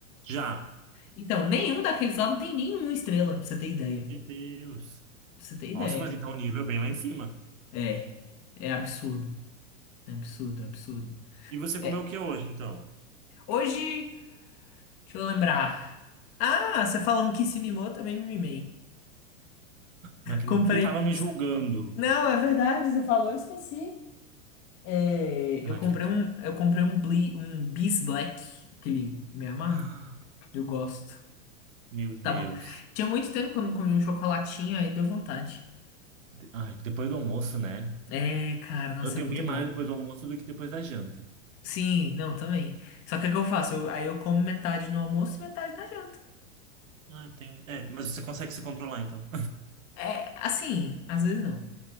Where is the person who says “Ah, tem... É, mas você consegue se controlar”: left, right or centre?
Right